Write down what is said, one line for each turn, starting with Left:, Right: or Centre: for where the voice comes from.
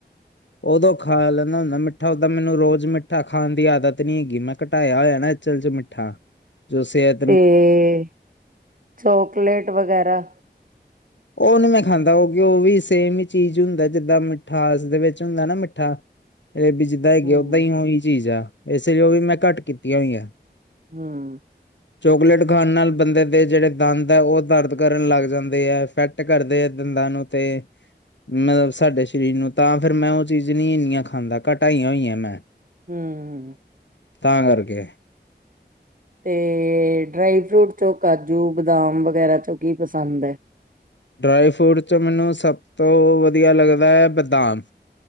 Left: ਓਦੋਂ ਖਾ ਲੈਂਨਾ ਹੁੰਨਾ ਮਿੱਠਾ, ਓਦਾਂ ਮੈਨੂੰ ਰੋਜ ਮਿੱਠਾ ਖਾਣ ਦੀ ਆਦਤ ਨੀ ਹੈਗੀ, ਮੈਂ ਘਟਾਇਆ ਹੋਏਆ ਨਾ। ਚਲ ਚ ਮਿੱਠਾ, ਜੋ ਸੇਹਤ
Right: ਤੇ, ਚੋਕਲੇਟ ਵਗੈਰਾ?
Left: ਓ ਨੀ ਮੈਂ ਖਾਂਦਾ, ਓ ਕਿ ਓ ਵੀ ਸੇਮ ਹੀ ਚੀਜ਼ ਹੁੰਦਾ, ਜਿੱਦਾਂ ਮਿੱਠਾਸ ਦੇ ਵਿੱਚ ਹੁੰਦਾ ਨਾ, ਮਿੱਠਾ। ਏਹ ਵੀ ਜਿੱਦਾਂ ਹੈਗੀ,
Right: ਹੂੰ,
Left: ਓਦਾਂ ਈ ਓਹੀ ਚੀਜ਼ ਆ, ਇਸ ਲਈ ਓ ਵੀ ਮੈਂ ਘੱਟ ਕੀਤੀਆਂ ਹੋਈਆ।
Right: ਹਮ।
Left: ਚੋਕਲੇਟ ਖਾਣ ਨਾਲ, ਬੰਦੇ ਦੇ ਜੇਹੜੇ ਦੰਦ ਐ, ਓ ਦਰਦ ਕਰਨ ਲੱਗ ਜਾਂਦੇ ਐ। ਫੈਕਟ ਕਰਦੇ ਆ ਦੰਦਾਂ ਨੂੰ, ਤੇ ਮਤਲਬ ਸਾਡੇ ਸ਼ਰੀਰ ਨੂੰ, ਤਾਂ ਫਿਰ ਮੈਂ ਉਹ ਚੀਜ਼ ਨੀ ਇੰਨੀਆਂ ਖਾਂਦਾ, ਘਟਾਈਆਂ ਹੋਈਆਂ ਮੈਂ।
Right: ਹਮਮ।
Left: ਤਾਂ, ਕਰਕੇ।
Right: ਤੇ, ਡਰਾਈ ਫਰੂਟ ਚੋਂ ਕਾਜੂ, ਬਦਾਮ ਵਗੈਰਾ ਚੋਂ ਕੀ ਪਸੰਦ ਐ।
Left: ਡਰਾਈ ਫਰੂਟ ਚੋ, ਮੈਨੂੰ ਸਬ ਤੋਂ ਵਦੀਆ ਲੱਗਦੈ ਬਦਾਮ।